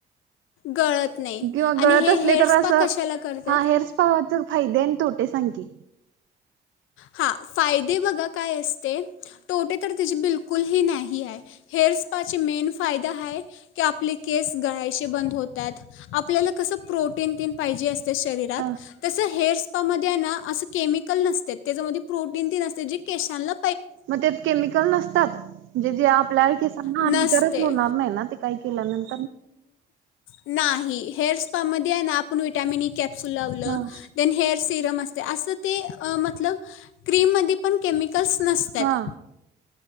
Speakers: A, on the left; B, on the right.
A: गळत नाही
B: किंवा गळत
A: आणि हे
B: असले
A: हेअर
B: तर
A: स्पा
B: असं
A: कशाला करतात
B: हां हेअर स्पा च फायदे आणि तोटे सांग की,
A: हां फायदे बघा काय असं - ते तोटे तर त्याची बिलकुलही नाही आहे हेअर स्पाचे मेन फायदे हाय की आपले केस गळायचे बंद होतात आपल्याला कसं प्रोटीन तीन पाहिजे असं तर शरीरात
B: ह
A: तसं हेअरस् पामध्ये हाय ना असं केमिकल नसत्यात त्याच्यामध्ये प्रोटीन तीन असते जे केसांला-
B: मग त्यात केमिकल नसतात म्हणजे जे आपल्या केसांना हानिकारक
A: नसते
B: होणार नाही ना ते काही केल्यानंत
A: नाही हेअर स्पामध्ये आहे ना आपण व्हिटामीन ई कॅप्सूल लावलं
B: हा
A: त्यांनी हेअर सि- नमस्ते असं ते अं मतलब क्रिममध्ये पण केमि- तसं नसत्यात-
B: हा